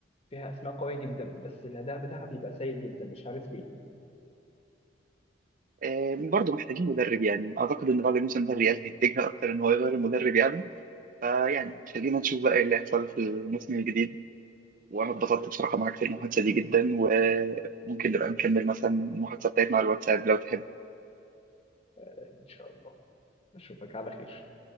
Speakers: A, on the left (about 35°); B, on the right (about 45°).
A: فيها أسماء قوية جدا بس الأداء بتاعها بيبقى سيء جدا مش عارف ليه
B: آه، برضه محتاجين مدرب يعني اعتقد ان بعد الموسم ده الريال هيتجه اكتر ان هو يغير المدرب يعني فيعني خلينا نشوف بقى ايه اللي هيحصل في الموسم الجديد وانا اتبسطت بصراحه معاك في المحادثه دي جدا وممكن نبقى نكمل مثلا المحادثه بتاعتنا على الواتساب لو تحب
A: إن شاء الله أشوفك على خير